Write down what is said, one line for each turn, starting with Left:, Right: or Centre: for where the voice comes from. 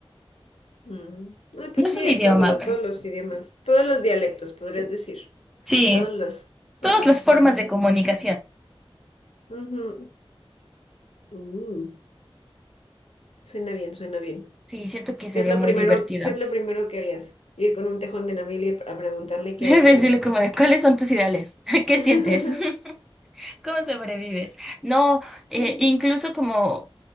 Left: Mm. Ah, pues
Centre: No es
Left: sí,
Centre: un idioma,
Left: todos los,
Centre: pero
Left: todos los idiomas, todos los dialectos, podrías decir,
Centre: sí,
Left: todos los,
Centre: todas
Left: algo
Centre: las formas
Left: así.
Centre: de comunicación.
Left: Ujú. Uh. Suena bien, suena bien.
Centre: Sí, siento que sería
Left: ¿Qué es lo
Centre: muy
Left: primero,
Centre: divertido.
Left: qué es lo primero que harías? Ir con un tejón de Namibia a preguntarle
Centre: <laughs>
Left: qué
Centre: Decirle
Left: ha hecho hoy.
Centre: como de, ¿cuáles son tus ideales? <laughs> ¿Qué
Left: <laughs>
Centre: sientes? <laughs> ¿Cómo sobrevives? No, eh, incluso como